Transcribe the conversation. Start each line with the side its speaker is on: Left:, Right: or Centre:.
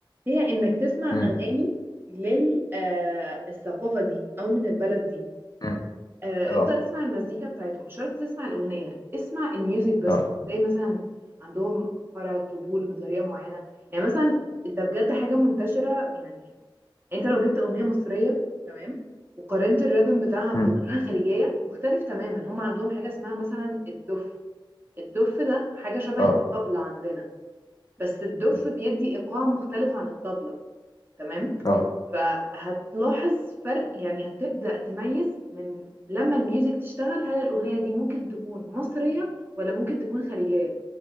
Right: هي انك تسمع
Left: امم
Right: اغاني للثقافة دي او من البلد دي
Left: امم
Right: آه،
Left: اه
Right: افضل اسمع المزيكا بتاعتهم مش شرط تسمع الاغنية اسمع الميوزك بس
Left: اه
Right: زي مثلا عندهم قرع الطبول بطريقة معينة يعني مثلا ده بجد حاجة منتشرة يعني انت لو جبت اغنيه مصريه تمام وقارنت الريتم بتاعها باغنيه
Left: امم
Right: خليجيه
Left: امم
Right: مختلف تماما هم عندهم حاجه اسمها مثلا الدف الدف ده حاجه شبه
Left: اه
Right: الطبله عندنا بس الدف
Left: امم
Right: بيدي ايقاع مختلف عن الطبله تمام
Left: اه
Right: فهتلاحظ فرق يعني هتبدا تميز من لما الميوزك تشتغل هل الاغنيه دي ممكن تكون مصريه ولا ممكن تكون خليجيه